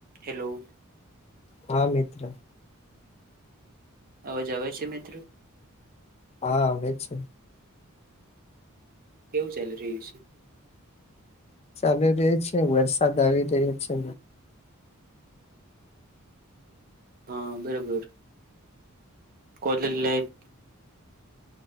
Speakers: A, on the right (about 45°); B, on the left (about 30°).
A: હેલો
B: હા મિત્ર
A: અવાજ આવે છે મિત્રો
B: હા આવે છે
A: કેવું ચાલી રહ્યું છે
B: ચાલુ રહ્યો છે વરસાદ આવી રહ્યો છે
A: હા બરોબર કોલેજ લાઇફ